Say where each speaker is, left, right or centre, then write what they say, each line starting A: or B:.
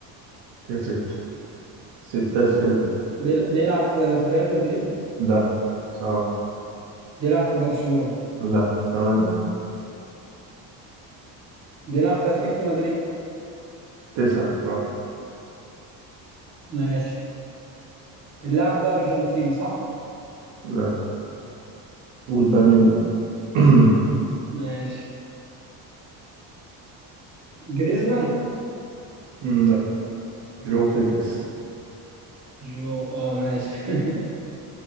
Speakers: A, on the right (about 80°); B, on the right (about 35°).
A: كده ستة ستة أسئلة
B: بيل- بيلعب في... في ريال مدريد
A: لا سبعة
B: بيلعب في برشلونة
A: لا ثمانية
B: بيلعب في أتلتيكو مدريد
A: تسعة صح
B: ماشي اللاعب ده أرجنتيني صح؟
A: لا قول بقى مين بقى <clears throat>
B: ماشي جريزمان
A: مم، لا جو فيليكس
B: جو اه ماشي